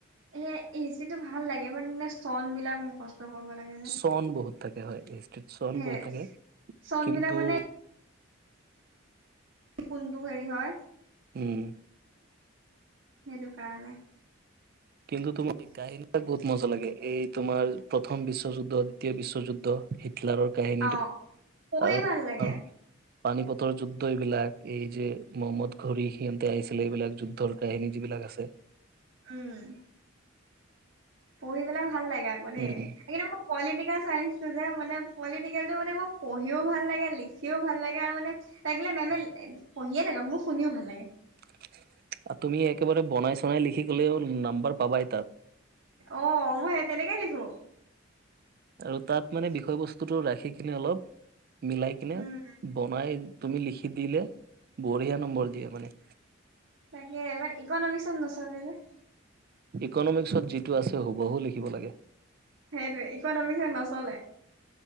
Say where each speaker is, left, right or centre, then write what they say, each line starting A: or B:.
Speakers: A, on the right; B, on the right.
A: এ এচিটো ভাল লাগে বাট মানে চন বিলাক মুখস্ত কৰিব লাগে। যে
B: চন বহুত থাকে হয় হিষ্ট্ৰীত চন
A: সেইৰে।
B: বহুত থাকে
A: চন
B: কিন্তু
A: বিলাক মানে কোনটো হেৰি হয়?
B: উম।
A: সেইটো কাৰণে।
B: কিন্তু তোমাৰ সেই কাহিনী বিলাক বহুত মজা লাগে, এই তোমাৰ প্ৰথম বিশ্বযুদ্ধ, দ্বিতীয় বিশ্বযুদ্ধ। হিটলাৰৰ কাহিনীটো
A: অ পঢ়ি
B: আৰু
A: ভাল লাগে
B: পানী পথৰ যুদ্ধ এইবিলাক এই যে মহম্মদ ঘড়ী সিহঁতে আহিছিলে এইবিলাক যুদ্ধৰ কাহিনী যিবিলাক আছে।
A: উম, পঢ়ি পেলাই ভাল লাগে আকৌ দেই
B: উম
A: কিন্তু পলিটিকেল চাইন্সটো যে মানে পলিটিকেলটো মানে মোৰ পঢ়িও ভাল লাগে লিখিও ভাল লাগে আৰু মানে <unintelligible> পঢ়িয়ে থাকে মোৰ শুনিও ভাল লাগে।
B: আৰু তুমি একেবাৰে বনাই-চনাই লিখি গলেও নাম্বাৰ পাবাই তাত।
A: অঁ, মই সেই তেনেকে লিখো।
B: আৰু তাত মানে বিষয়বস্তুটো ৰাখি কিনে অলপ মিলাই কিনে
A: উম,
B: বনাই তুমি লিখি দিলে বঢ়িয়া নম্বৰ দিয়ে মানে।
A: তাকে বাট ইকনমিক্সত নচলে যে।
B: ইকনমিক্সত যিটো আছে হুবহু লিখিব লাগে।
A: সেইটোয়ে ইকনমিক হে নচলে।